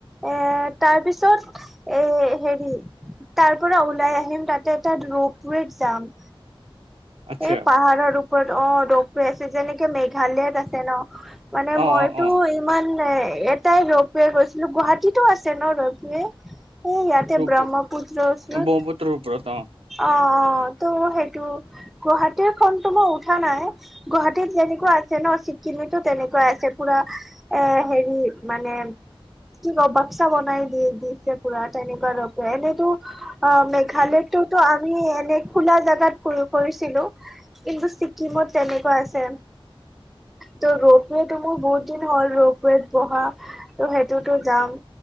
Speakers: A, in the centre; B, on the right.
A: এ তাৰ পিছত এ হেৰি। তাৰ পৰা ওলাই আহিম তাতে এটা ৰৌপৰেত যাম।
B: আচ্ছা
A: এই পাহাৰৰ ওপৰত অ' ৰ ৰৈ আছে। যেনেকে মেঘালয়ত আছে ন। মানে
B: অ
A: মইতো
B: অ অ
A: ইমান এ ইয়াত। তাই ৰপে গৈছিলো। গুৱাহাটীতো আছে ন ৰৌপে। এই ইয়াতে
B: ৰূপ
A: ব্ৰহ্মপুত্ৰ ওচৰত।
B: ব্ৰহ্মপুত্ৰৰ ওপৰত অ
A: অ' অ'। ত সেইটো গুৱাহাটীৰ খনতো মই উঠা নাই। গুৱাহাটীত যেনেকুৱা আছে ন চিকি। তেনেকুৱা আছে পুৰা এ হেৰি মানে। কি ৰ বাক্সা বনাই দিয়ে দিছে পুৰা তেনেকুৱা ৰ। এনেইতো অ' মেঘালয়ততো। আমি এনে খোলা জেগাত ক কৰিছিলো। কিন্তু ছিকিমত তেনেকুৱা আছে। ত' ৰোপৱেটো মোৰ বহুত দিন হ'ল। ৰোপৱেত বহা ত সেইটোতো যাম